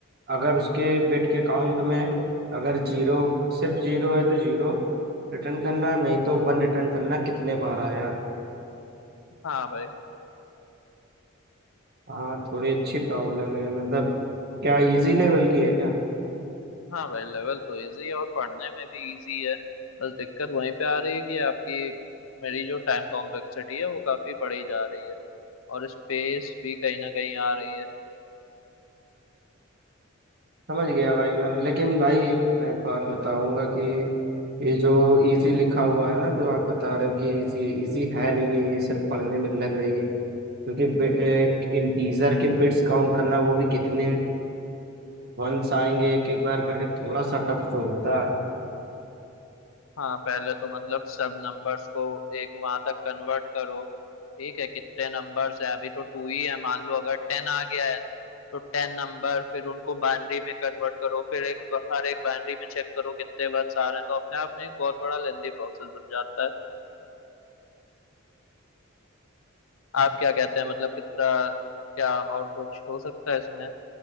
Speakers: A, on the right (about 50°); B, on the left (about 80°).
A: अगर उसके बिट के काउंट में अगर जीरो सिर्फ जीरो है तो जीरो रिटर्न करना नहीं तो वन रिटर्न करना कितने बार आया
B: हाँ भाई
A: हाँ थोड़ी अच्छी प्रॉब्लम है मतलब क्या इजी लेवल की है क्या
B: हाँ भाई लेवल तो इजी है और पढ़ने में भी इजी है बस दिक्कत वहीं पे आ रही है कि आपकी मेरी जो टाइम कॉम्प्लेक्सिटी है वो काफी बढ़ी जा रही है और स्पेस भी कहीं ना कहीं आ रही है
A: समझ गया भाई मैं लेकिन भाई मैं एक बात बताऊंगा कि ये जो इजी लिखा हुआ है ना जो आप बता रहे हो कि इजी है इजी है नहीं है ये सिर्फ पढ़ने में लग रही है क्योंकि इंटीजर के बिट्स काउंट करना वो भी कितने हैं, वंस आएंगे एक एक बार करके थोड़ा सा टफ तो होता है
B: हाँ पहले तो मतलब सब नंबर्स को एक वहां तक कन्वर्ट करो ठीक है कितने नंबर्स है अभी तो टू ही है मान लो अगर टेन आ गया है तो टेन नंबर फिर उनको बाइनरी में कन्वर्ट करो फिर एक हर एक बाइनरी में चेक करो कितने वंस आ रहे हैं तो अपने आप में एक बहुत बड़ा लेंदी प्रोसेस बन जाता है आप क्या कहते हैं मतलब कितना क्या और कुछ हो सकता है इसमें